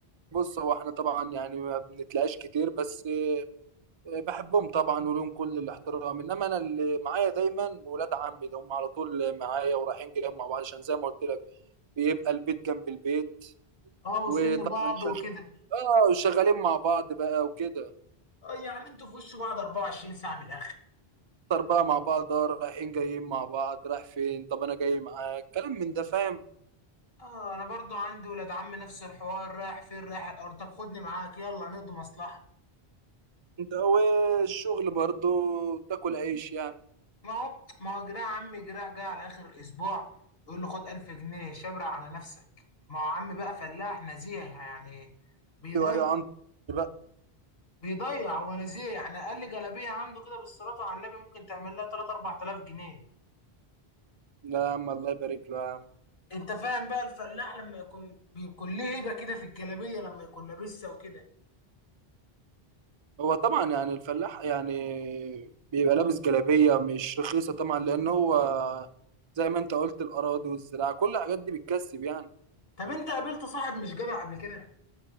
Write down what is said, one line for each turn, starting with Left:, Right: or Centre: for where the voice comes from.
Right: بص هو احنا طبعا يعني ما بنتلاقاش كتير بس آه، بحبهم طبعا ولهم كل الاحترام انما انا اللي معايا دايما ولاد عمي ده هم على طول معايا ورايحين جايين مع بعض عشان زي ما قلت لك بيبقى البيت جنب البيت
Left: اه وسن
Right: وطبعا
Left: بعض
Right: شغ...
Left: وكده
Right: اه شغالين مع بعض بقى وكده
Left: اه يعني انتوا في وش بعض 24 ساعه من الاخر
Right: نفطر بقى مع بعض اه رايحين جايين مع بعض رايح فين طب انا جاي معاك كلام من ده فاهم
Left: اه انا برضو عندي ولاد عم نفس الحوار رايح فين رايح الارض طب خدني معاك يلا نقضي مصلحه
Right: انت والشغل برضو تاكل عيش يعني
Left: ما هو ما هو جراع عمي جراع جاي على اخر الاسبوع يقول له خد 1000 جنيه شبرق على نفسك ما هو عمي بقى فلاح نزيه يعني بيضيع
Right: ايوه ايوه عنده بقى
Left: بيضيع هو نزيه يعني اقل جلابيه عنده كده بالصلاه على النبي ممكن تعمل لها 3 4000 جنيه
Right: لا يا عم الله يبارك له يا عم
Left: انت فاهم بقى الفلاح لما يكون بيكون ليه هيبه كده في الجلابيه لما يكون لابسها وكده
Right: هو طبعا يعني الفلاح يعني بيبقى لابس جلابية مش رخيصة طبعا لأن هو زي ما انت قلت الأراضي والزراعة كل الحاجات دي بتكسب يعني
Left: طب انت قابلت صاحب مش جدع قبل كده